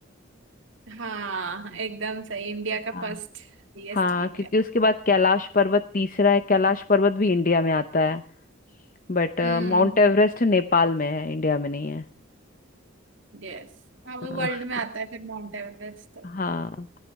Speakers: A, on the right (about 65°); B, on the left (about 40°).
A: हाँ एकदम सही इंडिया का
B: हाँ
A: फर्स्ट हाईएस्ट
B: हाँ
A: पीक
B: क्योंकि
A: है
B: उसके बाद कैलाश पर्वत तीसरा है कैलाश पर्वत भी इंडिया में आता है बट
A: हम्म
B: माउंट एवरेस्ट नेपाल में है इंडिया में नहीं है
A: यस हाँ वो
B: हाँ
A: वर्ल्ड में आता है फिर माउंट एवरेस्ट तो
B: हाँ